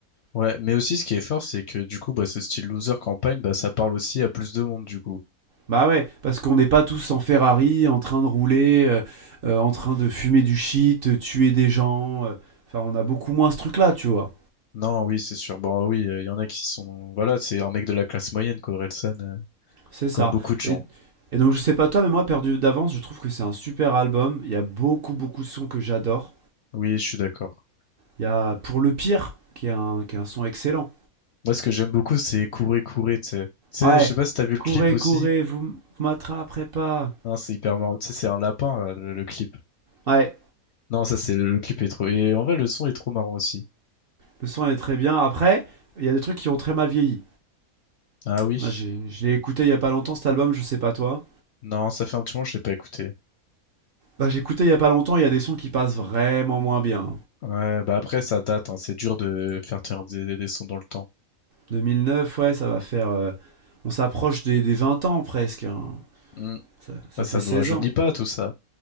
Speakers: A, on the left; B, on the right.
A: Ouais, mais aussi ce qui est fort, c'est que du coup, bah ce style loser campagne, bah ça parle aussi à plus de monde, du coup.
B: Bah ouais, parce qu'on n'est pas tous en Ferrari, en train de rouler, euh, euh, en train de fumer du shit, euh, tuer des gens. euh. Enfin, on a beaucoup moins ce truc-là, tu vois.
A: Non, oui, c'est sûr. Bon, oui, euh, il y en a qui sont... Voilà, c'est un mec de la classe moyenne, quoi, Orelsan, euh,
B: C'est ça.
A: comme beaucoup de gens.
B: Et, et donc, je sais pas toi, mais moi, Perdu d'avance, je trouve que c'est un super album. Il y a beaucoup, beaucoup de sons que j'adore.
A: Oui, je suis d'accord.
B: Il y a Pour le pire, qui est un, qui est un son excellent.
A: Moi, ce que j'aime beaucoup, c'est courir, courir, tu sais. Tu sais,
B: Ouais,
A: je sais pas si t'as vu le
B: courez,
A: clip aussi.
B: courez, vous, m- vous m'attraperez pas.
A: Hein, c'est hyper marrant. Tu sais, c'est un lapin, là, le, le clip.
B: Ouais,
A: Non, ça, c'est... Le, le clip est trop... Et en vrai, le son est trop marrant aussi.
B: le son est très bien. Après, il y a des trucs qui ont très mal vieilli.
A: Ah oui.
B: Moi, j'ai- je l'ai écouté il y a pas longtemps, cet album, je sais pas toi.
A: Non, ça fait un petit moment que je l'ai pas écouté.
B: Bah, j'ai écouté il y a pas longtemps, il y a des sons qui passent vraiment moins bien.
A: Ouais, bah après, ça date, hein. C'est dur de faire tenir des, des des sons dans le temps.
B: 2009, ouais, ça va faire. euh, on s'approche des, des 20 ans presque. hein.
A: Hmm.
B: Ça,
A: Bah,
B: ça
A: ça
B: fait 16
A: nous rajeunit
B: ans.
A: pas tout ça.